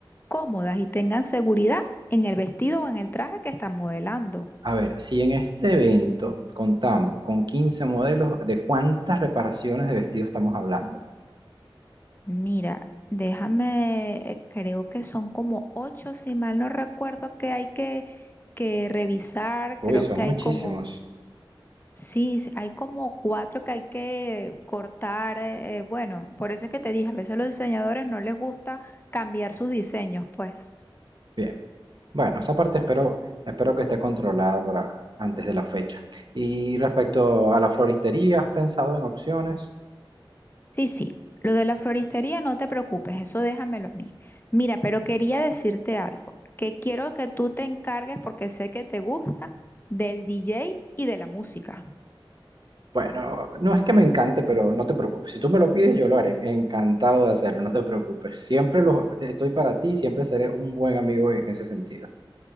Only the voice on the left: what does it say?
cómodas y tengan seguridad en el vestido o en el traje que están modelando.
Mira, déjame, eh, creo que son como ocho, si mal no recuerdo, que hay que, que revisar.
Creo
que
hay como, sí, s- hay como cuatro que hay que cortar. eh, eh, bueno, por eso es que te dije, a veces a los diseñadores no les gusta cambiar sus diseños, pues.
Sí, sí, lo de la floristería no te preocupes, eso déjamelo a mí. Mira, pero quería decirte algo, que quiero que tú te encargues, porque sé que te gusta, del DJ y de la música.